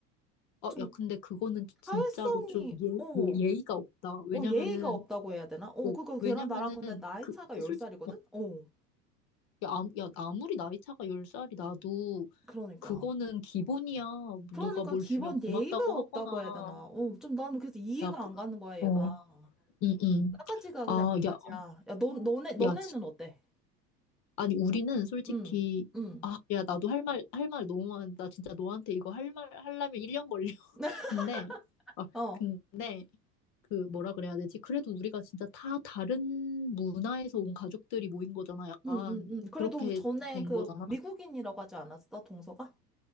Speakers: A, on the left; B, in the centre.
A: 어,
B: 좀
A: 야, 근데 그거는 진짜로
B: 사회성이,
A: 좀 예,
B: 어, 어,
A: 예, 예의가 없다. 왜냐면은,
B: 예의가 없다고 해야 되나? 어,
A: 어,
B: 그거 걔랑
A: 왜냐면은,
B: 나랑 근데 나이
A: 그,
B: 차가 10살이거든?
A: 솔직히,
B: 어,
A: 야, 아, 야, 아무리 나이 차가 10살이 나도
B: 그러니까.
A: 그거는 기본이야.
B: 그러니까
A: 누가 뭘
B: 기본
A: 주면 고맙다고
B: 예의가
A: 하거나.
B: 없다고 해야 되나? 어, 좀 나는 그래서 이해가
A: 야, 그-
B: 안 가는 거야, 얘가.
A: 어, 응, 응.
B: 싸가지가
A: 아,
B: 그냥 바가지야.
A: 야,
B: 야,
A: 어,
B: 너, 너네, 너네는
A: 야, 지-
B: 어때?
A: 아니, 우리는 솔직히,
B: 응, 응.
A: 아, 야, 나도 할 말, 할 말 너무 많다. 진짜 너한테 이거 할 말, 하려면 1년 걸려. <laughs>
B: <laughs>
A: 근데, 아,
B: 어,
A: 근데, 그, 뭐라 그래야 되지? 그래도 우리가 진짜 다 다른 문화에서 온 가족들이 모인 거잖아. 약간,
B: 응, 응, 응. 그래도
A: 그렇게
B: 전에
A: 된
B: 그
A: 거잖아.
B: 미국인이라고 하지 않았어, 동서가?